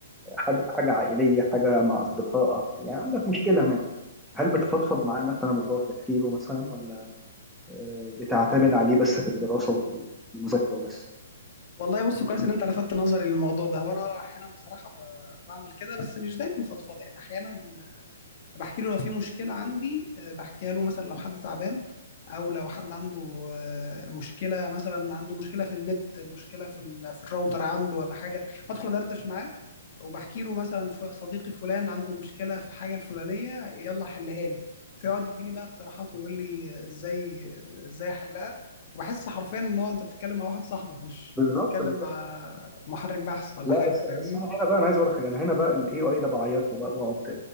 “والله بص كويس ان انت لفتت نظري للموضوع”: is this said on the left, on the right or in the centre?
Left